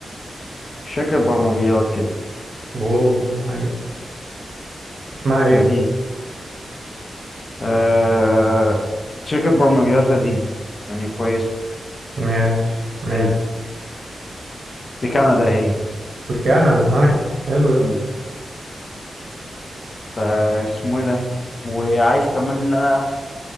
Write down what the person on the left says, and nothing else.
شركة برمجيات كده
لذيذ أه... شركة برمجيات لذيذة يعني كويسة
في في كندا هي
مم. فاسمه إيه ده وعايز كمان إن أنا